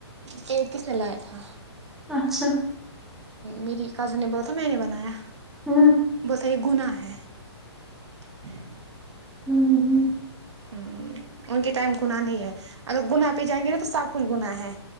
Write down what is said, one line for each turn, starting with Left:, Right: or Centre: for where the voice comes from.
Right: کہک کس نے لایا تھا
Centre: اچھا
Right: میری کازن نے بولا تھا میں نے بنایا
Centre: ہوں
Right: وہ صحی گنا ہے <unintelligible>
Centre: ہوں ہوں
Right: ہ ان کے ٹائم گنااہ نہیں ہے اگر گنا پہ جائیں گے نا تو سب کچھ گنااہ ہے